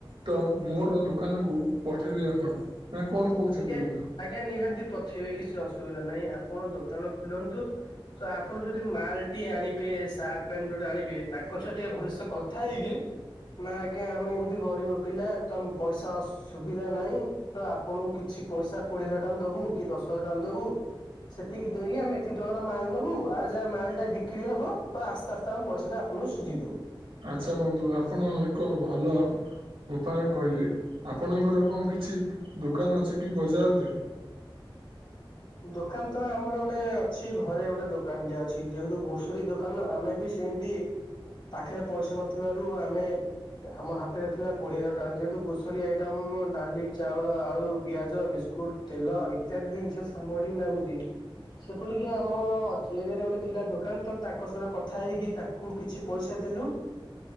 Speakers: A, on the right; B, on the left.
A: ତ ମୁଁ ମୋର ଦୋକାନକୁ ପଠେଇବେ ଆପଣ? ନା କଣ କହୁଛନ୍ତି
B: ଆଜ୍ଞା
A: ବନ୍ଧୁ?
B: ଆଜ୍ଞା ନିହାତି ପଠେଇବେ କିଛି ଅସୁବିଧା ନାହିଁ ଆପଣ ଦୋକାନ ଖୋଲନ୍ତୁ ତ ଆପଣ ଯଦି ମାଲ ଟି ଆଣିବେ ସାର୍ଟ ପ୍ୟାଣ୍ଟ ଯୋଉଟା ଆଣିବେ ତାଙ୍କ ସ ଟିକେ ଭଲସେ କଥା ହେଇ ନା ଆଜ୍ଞା ଆମେ ଏମ ତି ଗରିବ ପିଲା ତ ପଇସା ସୁବିଧା ନାହିଁ ତ ଆପଣଙ୍କୁ କିଛି ପଇସା କୋଡିଏ ହଜାର ଟଙ୍କା ଦବୁ କି ଦଶ ହଜାର ଟଙ୍କା ଦବୁ ସେତିକି ଦେଇକି ଆମେ ଏତିି ଟଙ୍କା ଟା ମାଲ ନେବୁ ଆଉ ଯାହା ମାଲ ଟା ବିକ୍ରି ହବ ତ ଆସ୍ତେ ଆସ୍ତେ ଆମ ପଇସାଟା ଆପଣଙ୍କୁ ସୁଝିଦବୁ।
A: ଆଚ୍ଛା ବନ୍ଧୁ ଆପଣ ଏକ ଭଲ ଉପାୟ କହିଲେ ଆପଣଙ୍କର କଣ କିଛି ଦୋକାନ ଅଛି କି ବଜାରରେ ହ
B: ଦୋକାନ ତ ଆମର ଗୋଟେ ଅଛି ଘରେ ଗୋଟେ ଦୋକାନଟେ ଅଛି ଯେହେତୁ ଗୋସରୀ ଦୋକାନ ଆମର ବି ସେମିତି ପାଖରେ ପଇସା ନଥିବାରୁ ଆମେ ଆମ ହାତରେ ଥିଲା କୋଡିଏ ହଜାର ଟଙ୍କା ଯେହେତୁ ଗୋସରୀ ଆଇଟମ ଡାଲି ଚାଉଳ ଆଳୁ ପିଆଜ ବି ବିସ୍କୁଟ ତେଲ ଇତ୍ୟାଦି ଜିନିଷ ସାମଡି ଲାଗୁଛି ସେପଟିକି ଆମ ଏରିଆରେ ଗୋଟିଏ ଥିଲା ଦୋକାନ ତ ତାଙ୍କ ସହିତ କଥା ହେଇକି ତାଙ୍କୁ କିଛି ପଇସା ଦେଲୁ